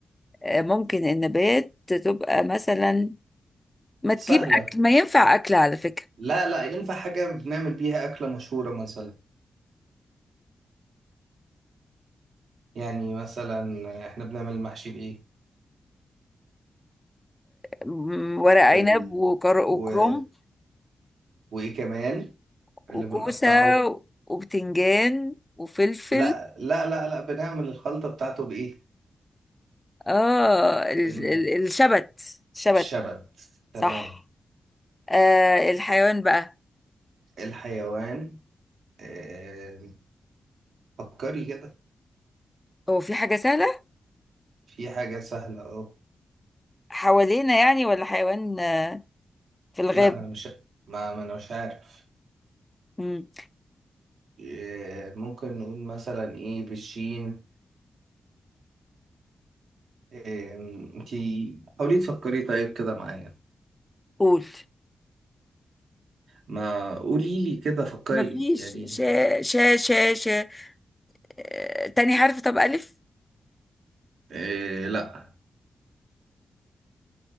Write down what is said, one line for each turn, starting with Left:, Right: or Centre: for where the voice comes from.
Left: آه، ممكن النبات تبقى مثلا ما تجيب
Right: سهله
Left: أكل ما ينفع أكل على فكرة
Right: لا لا ينفع حاجه بنعمل بيها اكله مشهوره مثلا يعني مثلا احنا بنعمل المحشي بايه
Left: م- ورق عنب
Right: بال
Left: وكر-
Right: و...
Left: وكرنب
Right: وايه كمان
Left: وكوسة
Right: اللي بنقطعه
Left: وبتنجان وفلفل
Right: لا لا لا لا بنعمل الخلطه بتاعته بايه
Left: اه ال-
Right: بن...
Left: ال- الشبت شبت
Right: الشبت تمام
Left: صح آه الحيوان بقى
Right: الحيوان آه، فكري كده
Left: هو في حاجة سهلة
Right: في حاجة سهلة أهو
Left: حوالينا يعني ولا حيوان آه في الغاب
Right: لا ما أنا مش ما, ما أنا مش عارف
Left: مم.
Right: آه، ممكن نقول مثلا إيه بالشين آه، أنتي حاولي تفكري طيب كده معايا
Left: قول
Right: ما قولي لي كده فكري
Left: مفيش
Right: يعني
Left: شا شا شا شا آه تاني حرف طب ألف
Right: آه، لا